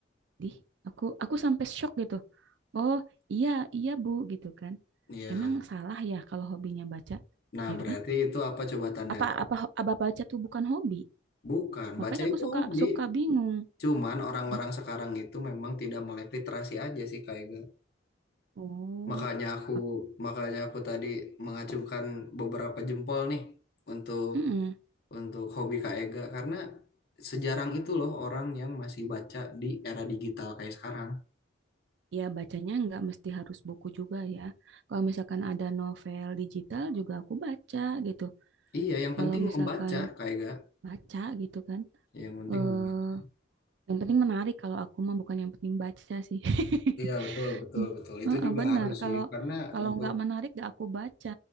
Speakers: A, on the right (about 65°); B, on the left (about 55°).
A: di aku aku sampai shock gitu oh iya iya bu gitu kan
B: Iya.
A: emang salah ya kalau hobinya baca
B: Nah,
A: ya
B: berarti
A: kan
B: itu apa coba tandanya?
A: apa apa ho- apa baca tuh bukan hobi
B: Bukan,
A: makanya
B: baca
A: aku
B: itu
A: suka
B: hobi.
A: suka bingung
B: Cuman orang-orang
A: Bo-
B: sekarang itu memang tidak melek literasi aja sih kayak gak.
A: oh
B: Makanya aku
A: mak-
B: makanya aku tadi mengacungkan beberapa jempol nih untuk
A: mm-mm.
B: untuk hobi Kak Ega karena sejarang itu loh orang yang masih baca di era digital kayak sekarang.
A: ya bacanya nggak mesti harus buku juga ya kalau misalkan ada novel digital juga aku baca gitu
B: Iya, yang
A: kalau
B: penting
A: misalkan
B: membaca Kak Ega,
A: baca gitu kan
B: yang penting
A: eh
B: membaca.
A: yang penting menarik kalau aku mah bukan yang penting baca sih
B: Iya
A: <laughs>
B: betul betul betul itu
A: Heeh,
B: juga
A: benar.
B: harus sih
A: Kalau
B: karena
A: kalau
B: untuk
A: nggak menarik, nggak aku baca.